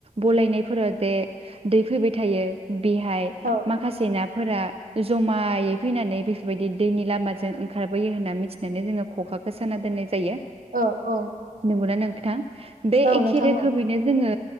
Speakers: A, on the right (about 45°); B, on the right (about 80°).
A: बलायनायफोराव जे दै फैबाय थायो बेहाय
B: औ
A: माखासे ना फोरा जमायै फैनानै बेफोरबायदि दैनि लामाजों ओंखारबोयो होन्ना मिथिनानै जोङो खखाखौ साना दोननाय जायो
B: औ औ
A: <unintelligible> बे
B: औ
A: एखे
B: नोंथां
A: रोखोमैनो
B: औ
A: जोङो